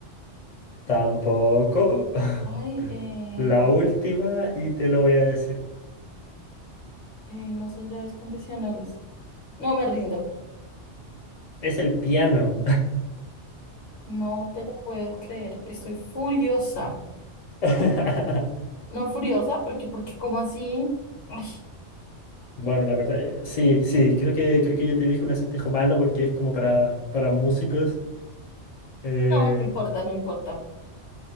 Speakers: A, on the left; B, on the left.
A: tampoco. <laughs>
B: Ay, eh,
A: La última, y te lo voy a decir.
B: eh, no son llaves convencionales. No me rindo.
A: Es el piano.
B: No te lo puedo creer. Estoy furiosa.
A: <laughs>
B: No furiosa, porque, porque ¿cómo así? Ay,
A: Bueno, la verdad, eh, sí, sí, creo que, creo que yo te dije un acertijo malo porque es como para, para músicos. Eh,
B: no, no importa, no importa.